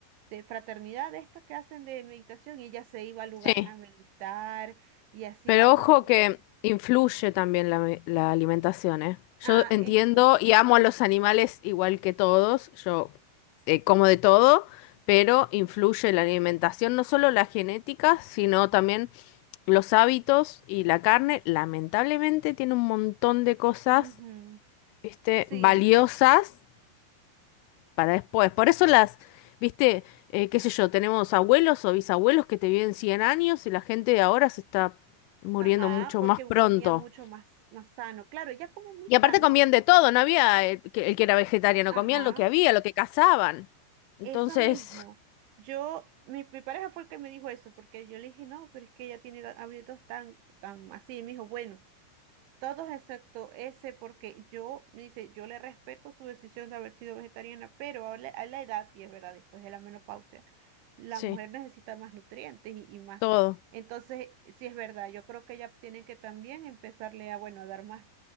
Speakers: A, on the right; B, on the left.
A: de fraternidad, de estas que hacen de meditación, y ella se iba a lugares
B: Sí,
A: a meditar y hacía
B: Pero
A: todo
B: ojo que
A: eso.
B: influye también la, la alimentación, ¿eh? Yo
A: Ah,
B: entiendo
A: eso.
B: y amo a los animales igual que todos, yo eh, como de todo, pero influye la alimentación, no solo la genética, sino también los hábitos y la carne, lamentablemente tiene un montón de cosas,
A: Ujú,
B: ¿viste?
A: Sí,
B: Valiosas para después. Por eso las, ¿viste? Eh, qué sé yo, tenemos abuelos o bisabuelos que te viven 100 años y la gente de ahora se está muriendo
A: ajá,
B: mucho
A: porque
B: más pronto.
A: comían mucho más, más sano. Claro, ella come muy
B: Y
A: sano.
B: aparte comían de todo, no había el que, el que era vegetariano,
A: Ajá,
B: comían lo que había, lo que cazaban. Entonces,
A: eso mismo. Yo, mi, mi pareja fue el que me dijo eso, porque yo le dije, no, pero es que ella tiene da- hábitos tan, tan así. Y me dijo, bueno, Todos excepto ese, porque yo, me dice, yo le respeto su decisión de haber sido vegetariana, pero a la, a la edad, y es verdad, después de la menopausia, la
B: sí,
A: mujer necesita más nutrientes y, y más.
B: todo.
A: Entonces, sí es verdad, yo creo que ya tienen que también empezarle a, bueno, a dar más